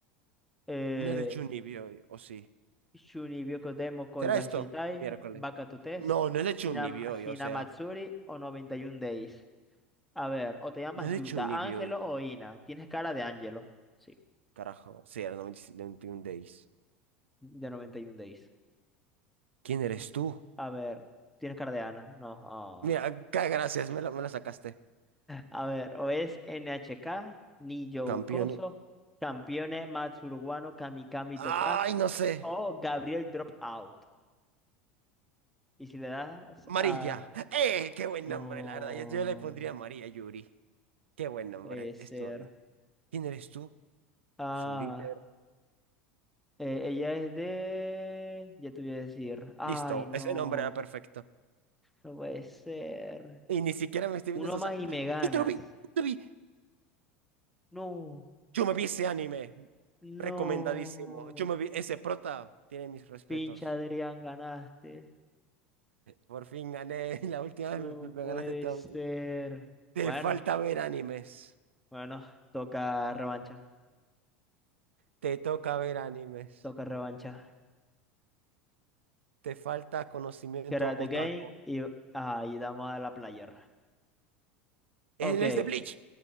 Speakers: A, in the centre; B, on the right.
A: Eh,
B: No es de Chunibyo, o sí.
A: Shuni Byokodemo Koi
B: ¿Será
A: Gashitai,
B: esto? Miércoles.
A: Bakato Test,
B: No, no es de Chunibyo,
A: Hinam- Hinamatsuri
B: o sea.
A: o 91 Days. A ver, o te llamas
B: No es
A: Yuta,
B: de Chunibyo,
A: Ángelo o Ina. Tienes cara de Ángelo. Sí,
B: carajo. Sí, era noventa y cinco, noventa y uno days.
A: de 91 Days.
B: ¿Quién eres tú?
A: A ver, tienes cardeana. No.
B: Mira,
A: ah.
B: ca- gracias, me la, me la sacaste.
A: A ver, o es NHK, Niyo
B: Campeón.
A: Ukoso, Campione Matsuruguano, Kamikami
B: Ay,
A: Toka
B: no sé.
A: o Gabriel Dropout. Y si le das
B: María.
A: a...
B: ¡Eh! Qué buen
A: No,
B: nombre, la verdad. Yo, yo le pondría María Yuri. Qué buen nombre.
A: puede ser.
B: Estuvo bien. ¿Quién eres tú?
A: Ah,
B: Soul Eater.
A: eh, ella es de... Ya te voy a decir. Ay,
B: Listo,
A: no,
B: ese nombre era perfecto.
A: no puede ser.
B: Y ni siquiera me estoy
A: Uno
B: viendo eso. O
A: más
B: sea,
A: y me ganas.
B: yo te lo vi, yo te vi.
A: No,
B: Yo me vi ese anime.
A: no.
B: Recomendadísimo. Yo me vi ese prota. Tiene mis respetos.
A: Pinche Adrián, ganaste.
B: Por fin gané. <laughs> La última
A: No
B: vez me, me
A: puede
B: ganaste todo.
A: ser.
B: Te
A: Bueno,
B: falta ver animes.
A: bueno, toca revancha,
B: Te toca ver animes.
A: toca revancha.
B: Te falta conocimiento
A: Karate
B: otaku.
A: Game y ahí damos a la player.
B: Él
A: Ok,
B: es de Bleach.